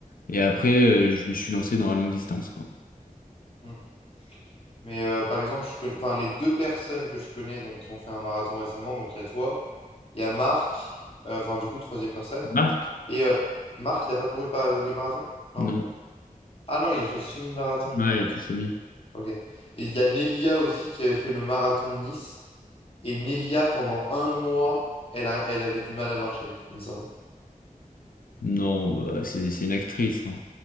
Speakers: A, on the left; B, on the left.
A: Et après, euh, je me suis lancé dans la longue distance quoi.
B: Mm. Mais euh, par exemple, je connais... enfin, les deux personnes que je connais donc, qui ont fait un marathon récemment, donc il y a toi, il y a Marc, euh, enfin du coup, troisième personne,
A: Marc?
B: et euh, Marc, il n'a pas couru pas- le marathon? non
A: Non.
B: Ah non, il a fait le semi-marathon,
A: Ouais,
B: Marc.
A: elle a plus ami.
B: Ok. Et il y a Nelia aussi qui avait fait le marathon de Nice. Et Nelia, pendant un mois, elle a- elle avait du mal à marcher, il me semble.
A: Non, bah, c'est c'est une actrice. hein.